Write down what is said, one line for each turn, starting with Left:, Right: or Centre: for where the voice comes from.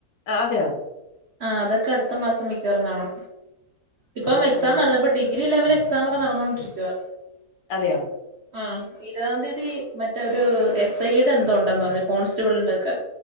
Left: ആ അതെയാ
Right: ആഹ അതൊക്കെ അടുത്ത മാസം മിക്കവാറും കാണു ഇപ്പം
Left: ആ
Right: എക്സാം
Left: ആ
Right: നടന്നപ്പൊ ഡിഗ്രി ലെവൽ എക്സാം ഒക്കെ നടന്നുകൊണ്ടിരിക്കുവാ.
Left: അതെയോ
Right: ആ ഇരുപതാം തീയതി മറ്റൊരു എസ് ഐയുടെ എന്തോ ഉണ്ടന്ന് പറഞ്ഞു കോൺസ്റ്റബിളിന്റെ ഒക്കെ.